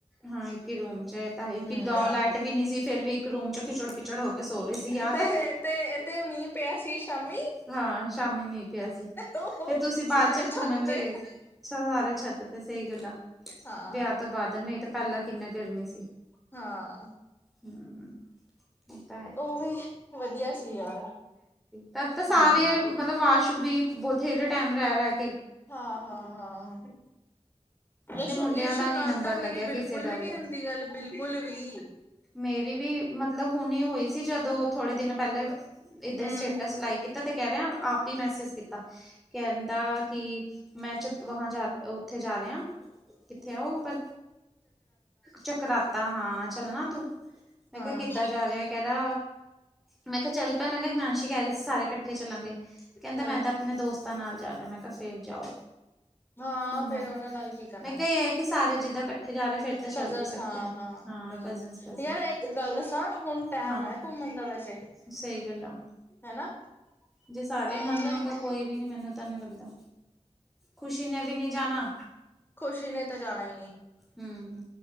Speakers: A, in the centre; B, on the left (about 20°).
A: ਹਾਂ ਇੱਕ ਹੀ ਰੂਮ ਚ ਇਹ ਤਾਂ ਕਿੱਦਾਂ
B: ਹਮ
A: ਲਾਈਟ ਵੀ ਨੀ ਸੀ ਫੇਰ ਵੀ ਇੱਕ ਰੂਮ ਚ ਕਿਚੜ ਪਿਚੜ ਹੋ ਕੇ ਸੋ ਰਹੇ ਸੀ ਯਾਦ
B: ਤੇ
A: ਹੈ
B: ਤੇ ਤੇ ਮੀਂਹ ਪਿਆ ਸੀ ਸ਼ਾਮੀ
A: ਹਾਂ ਸ਼ਾਮੀ ਮੀਂਹ ਪਿਆ ਸੀ
B: ਉਹ
A: ਫਰ ਤੁਸੀਂ ਬਾਅਦ
B: ਸਾਰੇ
A: ਚ ਘੁੰਮਣ
B: ਛੱਤ ਤੇ
A: ਵੀ ਗਏ ਸੀ ਸਾਰੇ ਛੱਤ ਤੇ ਸਹੀ ਗੱਲਾਂ
B: ਹਾਂ
A: ਵਿਆਹ ਤੋਂ ਬਾਅਦ ਨਹੀਂ ਤਾਂ ਪਹਿਲਾਂ ਕਿੰਨਾ ਗਰਮੀ ਸੀ
B: ਹਾਂ
A: ਹਮ ਇਹ ਤਾਂ ਹੈ ਹੀ
B: ਉਹ ਵੀ ਵਧੀਆ ਸੀ ਯਾਰ
A: ਤਾਂ
B: ਹੂੰ
A: ਤਾਂ ਸਾਰੇ ਮਤਲਬ ਵਾਸ਼ੂ ਵੀ ਬਥੇਰੇ ਟਾਈਮ ਰਹਿ ਰਹੇ
B: ਹਾਂ ਹਾਂ ਹਾਂ
A: ਹਲੇ
B: ਇਹ
A: ਮੁੰਡਿਆਂ
B: ਇ ਸ਼
A: ਦਾ
B: ਨਾਲਾਲ
A: ਨੀ ਨੰਬਰ
B: ਤਾਂ ਮੇਰੀ
A: ਲੱਗਿਆ
B: ਬਿਲਕੁਲ
A: ਕਿਸੇ ਦਾ
B: ਵੀ ਨਹੀਂੀ ਹੁੰਦੀ ਗੱਲ ਬਿਲਕੁਲ ਵੀ
A: ਮੇਰੀ ਵੀ ਮਤਲਬ ਹੁਣ ਹੋਈ ਸੀ ਜਦੋਂ ਥੋੜੇ ਦਿਨ ਪਹਿਲੇ
B: ਹੂੰ
A: ਏਦਾਂ ਸਟੇਟਸ ਲਾਈਕ ਕੀਤਾ ਤੇ ਕਹਿ ਰਿਹਾ ਆਪ ਹੀ ਮੈਸੇਜ ਕੀਤਾ ਕਹਿੰਦਾ ਕਿ ਮੈਂ ਚ ਵ ਜਾ ਉੱਥੇ ਜਾ ਰਿਹਾ ਕਿੱਥੇ ਆਓ ਪਰ ਚਕਰਾਤਾ ਹਾਂ ਚੱਲਣਾ ਤੂੰ ਮੈਂ
B: ਹਾਂ
A: ਕਿਹਾ ਕਿੱਦਾਂ ਜਾ ਰਿਹਾ ਕਹਿਦਾ ਮੈਂ ਕਿਹਾ ਚੱਲ ਪਿਆ ਮੈਂ ਕਿਹਾ ਹਿਮਾਂਸ਼ੀ ਕਹਿ ਰਹੀ ਸੀ ਸਾਰੇ ਇਕੱਠੇ ਚੱਲਾਂਗੇ ਕਹਿੰਦੇ
B: ਹਾਂ
A: ਮੈਂ ਤਾਂ ਆਪਣੇ ਦੋਸਤਾਂ ਨਾਲ ਜਾ ਰਿਹਾ ਮੈਂ ਕਿਹਾ ਫਿਰ ਜਾਓ
B: ਹਾਂ
A: ਘੁੰਮਿਆ
B: ਫੇਿਰ ਉਹਨਾਂ ਨਾਲ ਕੀ ਕਰਨਾ
A: ਮੈਂ ਕਿਹਾ ਇਹ ਹੈ ਕਿ ਸਾਰੇ ਜਿੱਦਾਂ ਇਕੱਠੇ ਜਾ ਰਹੇ ਫਿਰ ਤਾਂ ਚੱਲ
B: ਕਜਨ
A: ਵੀ ਸਕਦੇ
B: ਹਾਂ
A: ਆ
B: ਹਾਂ ਕਜਨ
A: ਕਜ਼ਨਸ ਕਜ਼ਨ
B: ਯਾਰ ਇੱਕ ਗੱਲ ਦੱਸਾਂ ਹੁਣ ਟਾਈਮ
A: ਹਾਂ
B: ਹੈ ਘੁੰਮਣ ਦਾ ਵੈਸੇ
A: ਸਹੀ ਗੱਲ ਆ
B: ਹਨਾ
A: ਜੇ ਸਾਰੇ ਮੰਨਣ
B: ਮਤਲਬ
A: ਕ ਕੋਈ ਵੀ ਨੀ ਮੈਨੂੰ ਤਾਂ ਨਹੀਂੀ ਲੱਗਦਾ ਖ਼ੁਸ਼ੀ ਨੇ ਵੀ ਨਹੀਂੀ ਜਾਣਾ
B: ਖੁਸ਼ੀ ਨੇ ਤਾਂ ਜਾਣਾ ਹੀ ਨਹੀਂ।
A: ਹਮ